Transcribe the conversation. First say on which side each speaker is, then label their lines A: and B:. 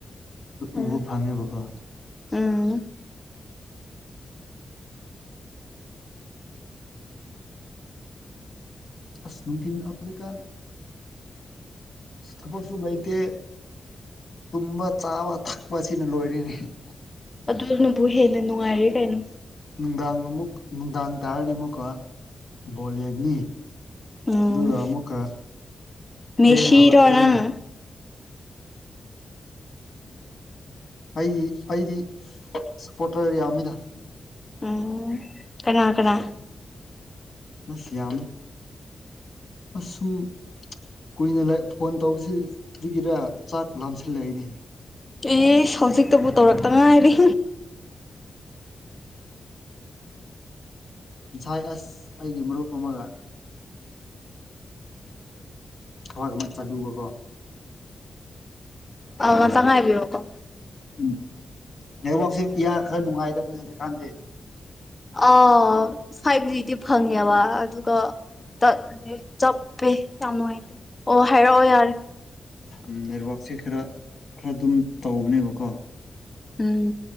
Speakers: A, on the left (about 20°); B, on the left (about 55°).
A: ꯎꯝ
B: ꯎꯕ ꯐꯪꯉꯦꯕꯀꯣ
A: ꯎꯝ
B: ꯑꯁ ꯅꯅꯨꯡꯊꯤꯟ ꯑꯗꯨꯀꯥꯟ ꯊꯕꯛꯁꯨ ꯂꯩꯇꯦ ꯇꯨꯝꯕ ꯆꯥꯕ ꯊꯛꯄꯁꯤꯅ ꯂꯣꯏꯔꯤꯅꯤ <unintelligible>
A: ꯑꯗꯨꯅꯕꯨ ꯍꯦꯟꯅ ꯅꯨꯡꯉꯥꯏꯔꯦ ꯀꯩꯅꯣ
B: ꯅꯨꯡꯗꯥꯡ ꯑꯃꯨꯛ ꯅꯨꯡꯗꯥꯡ ꯇꯥꯔꯗꯤ ꯑꯃꯨꯛꯀ ꯕꯣꯜ ꯌꯦꯡ ꯅꯤ
A: ꯎꯝ
B: ꯑꯗꯨꯒ ꯑꯃꯨꯛꯀ
A: ꯃꯦꯁꯤꯔꯣ
B: ꯊꯦꯡꯅ ꯍꯧꯒꯠꯀꯅꯤ
A: ꯅꯪ
B: ꯑꯩꯒꯤ ꯑꯩꯗꯤ ꯁꯞꯄꯣꯔꯇꯔ ꯌꯥꯝꯃꯤꯗ
A: ꯑꯣ ꯀꯅꯥ ꯀꯅꯥ
B: ꯑꯁꯤ ꯌꯥꯃꯤ ꯑꯁ ꯁꯨꯝ ꯀꯨꯏꯅ ꯐꯣꯟ ꯇꯧꯕꯁꯤꯗꯒꯤꯔ ꯆꯥꯛ ꯂꯥꯝꯁꯤꯜꯂꯛꯏꯅꯦ
A: ꯑꯦ ꯍꯧꯖꯤꯛꯇꯕꯨ ꯇꯧꯔꯛꯇ ꯉꯥꯏꯔꯤ
B: ꯁꯥꯏ ꯑꯦꯁ ꯑꯩꯒꯤ ꯃꯔꯨꯞ ꯑꯃꯒ ꯊꯋꯥꯒ ꯃ ꯆ ꯕꯣ ꯀꯣ
A: ꯑ ꯆꯥꯡꯉꯥꯏꯕꯤꯌꯣꯀꯣ
B: ꯎꯝ ꯅꯦꯠꯋꯥꯛꯛꯁꯦ ꯏꯌꯥ ꯈꯔ ꯅꯨꯡꯉꯥꯏꯗꯕꯅꯤ ꯍꯧꯖꯤꯛꯀꯥꯟꯗꯤ
A: ꯑꯥ ꯐꯥꯏꯚ ꯖꯤꯗꯤ ꯐꯪꯉꯦꯕ ꯑꯗꯨꯒ ꯇꯠꯂꯦ ꯆꯞꯄꯦ ꯌꯥꯝ ꯅꯨꯡꯉꯥꯏꯇꯦ ꯑꯣ ꯍꯥꯏꯔꯛꯑꯣ ꯌꯥꯔꯦ
B: ꯎꯝ ꯅꯦꯠꯋꯔꯥꯛꯛꯁꯦ ꯈꯔ ꯈꯔ ꯑꯗꯨꯝ ꯇꯧꯕꯅꯦꯕꯀꯣ
A: ꯎꯝ